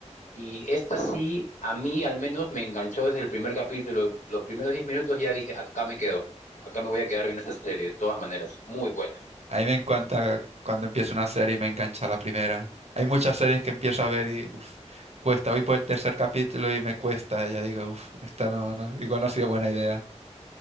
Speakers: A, on the left; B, on the right.
A: Y esta sí, a mí al menos me enganchó desde el primer capítulo. Los primeros 10 minutos ya dije, acá me quedo. Acá me voy a quedar viendo esta serie, de todas maneras. Muy buena.
B: a mí me encanta cuando empiezo una serie y me engancha la primera. Hay muchas series que empiezo a ver y uf, cuesta. Voy por el tercer capítulo y me cuesta. Ya digo, uff, esta no, no, igual no ha sido buena idea.